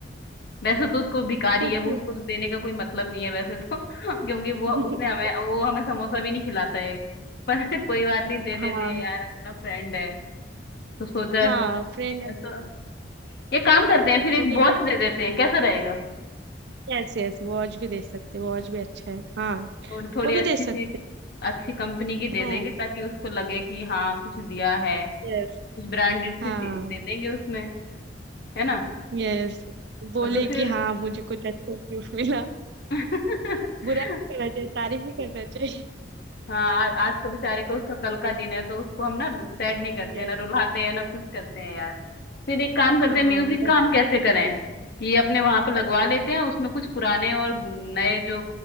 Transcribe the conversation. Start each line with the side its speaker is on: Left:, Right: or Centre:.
Left: वैसे तो उसको भिखारी
Right: कुछ
Left: है वो उसको तो देने का कोई मतलब नहीं है वैसे तो <laughs> क्योंकि वो
Right: <laughs>
Left: उसने हमें वो हमें समोसा भी नहीं खिलाता है पर <laughs> कोई बात नहीं दे देते
Right: हाँ
Left: हैं यार अपना फ्रेंड है तो सोचा
Right: हाँ फ्रेंड
Left: ये तो ये काम करते हैं फिर एक
Right: अभी
Left: वॉच दे देते हैं कैसा रहेगा
Right: यस यस वॉच भी दे सकते वॉच भी अच्छा है हाँ
Left: थोड़ी थोड़ी
Right: वो भी
Left: अच्छी
Right: दे सकते
Left: सी अच्छी कंपनी की दे
Right: हम्म
Left: देंगे ताकि उसको लगे कि हाँ कुछ दिया है
Right: यस
Left: कुछ ब्रांडेड सी
Right: हाँ
Left: चीज दे देंगे उसमें है ना
Right: यस बोले
Left: और तो फिर
Right: कि हाँ मुझे कुछ अच्छा गिफ्ट मिला
Left: <laughs>
Right: बुरा नहीं करना चाहिए तारीफ ही करना चाहिए
Left: हाँ आ, आज का बेचारे को उसका कल का दिन है तो उसको हम ना सैड नहीं करते
Right: यस
Left: हैं ना रुलाते हैं ना कुछ करते हैं यार फिर एक काम करते
Right: हाँ
Left: हैं म्यूजिक का हम कैसे करें कि अपने वहां पर लगवा लेते हैं उसमें कुछ पुराने और नए जो